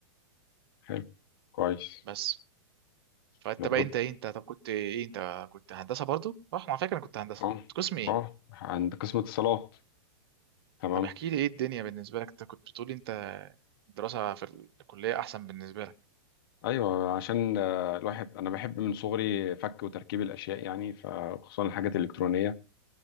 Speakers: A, on the left; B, on the right.
A: حلو كويس
B: بس فانت
A: احنا برضه
B: بقى انت ايه انت طب كنت ايه انت كنت هندسه برضه صح على فكره انا كنت هندسه
A: اه
B: كنت قسم ايه
A: اه عند قسم اتصالات تمام
B: طب احكي لي ايه الدنيا بالنسبه لك انت كنت بتقولي انت الدراسه في الكليه احسن بالنسبه لك
A: ايوه عشان آه، الواحد انا بحب من صغري فك وتركيب الاشياء يعني فخصوصا الحاجات الالكترونيه